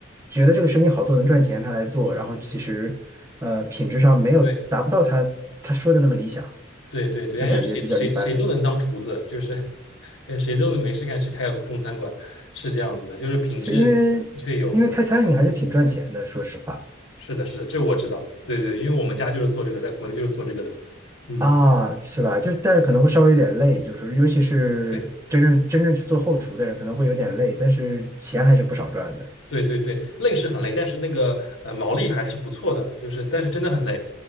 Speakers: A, on the right; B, on the left.
A: 觉得这个生意好做，能赚钱，他来做，
B: 嗯嗯嗯，
A: 然后其实呃品质上没有达不到他他说的那么理想，
B: 嗯对对对对，
A: 就感觉比较一般那种。
B: 因为谁谁谁都能当厨子，就是跟谁都能没事干去开个中餐馆，是这样子的，就是品质的确有问题。
A: 是因为因为开餐饮还是挺赚钱的，说实话
B: 是的，是的，这我知道。对对，因为我们家就是做这个，在国内就是做这个的。嗯，
A: 啊，是吧？就但是可能会稍微有点累，就是尤其是真正真正去做后厨的人，
B: 对
A: 可能会有点累，但是钱还是不少赚的。
B: 对对对，累是很累，但是那个呃毛利还是不错的，就是但是真的很累。